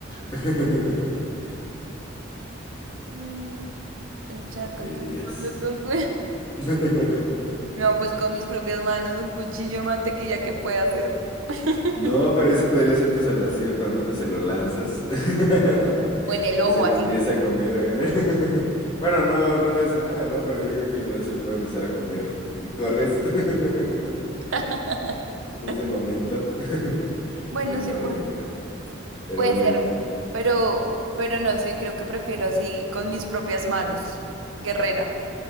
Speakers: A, on the left; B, on the right.
A: <laughs>
B: mm, Luchar contra
A: ¿Qué dirías?
B: <laughs> con cu-
A: <laughs>
B: No, pues con mis propias manos, un cuchillo de mantequilla que pueda hacer. <laughs>
A: No, pero eso podría ser tu salvación cuando menos se lo lanzas <laughs>
B: O en el ojo
A: y se lo
B: así.
A: empieza a comer. acá. <laughs> Bueno, no, no le hace nada, ¿no? Pero yo creo que igual se lo puede empezar a comer y corres <laughs>
B: <laughs>
A: en ese momento. <laughs>
B: Bueno,
A: Sería una
B: sí, pues.
A: buena idea. Pero
B: Puede
A: bueno,
B: ser, pero, pero no, sí, creo que prefiero así, con mis propias manos, guerrera.